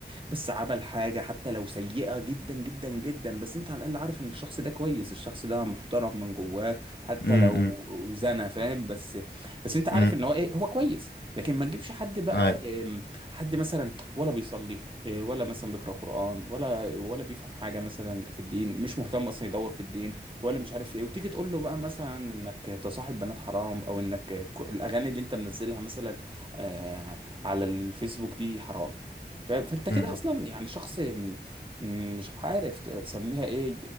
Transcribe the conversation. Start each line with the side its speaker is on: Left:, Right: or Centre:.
Right: بس عمل حاجه حتى لو سيئه جدا جدا جدا بس انت على الاقل عارف ان الشخص ده كويس الشخص ده محترم من جواه حتى
Left: امم.
Right: لو زنى فاهم بس بس انت عارف
Left: امم
Right: ان هو ايه هو كويس لكن ما تجيبش حد بقى
Left: اي
Right: آم، حد مثلا ولا بيصلي آه، ولا مثلا بيقرأ قرآن ولا ولا بيفهم حاجة مثلا في الدين مش مهتم أصلا يدور في الدين ولا مش عارف ايه وتيجي تقول له بقى مثلا انك تصاحب بنات حرام او انك ك- الاغاني اللي انت منزلها مثلا آه، على الفيسبوك دي حرام ف- فانت كده
Left: امم
Right: اصلا يعني شخص م- م- مش عارف تسميها ايه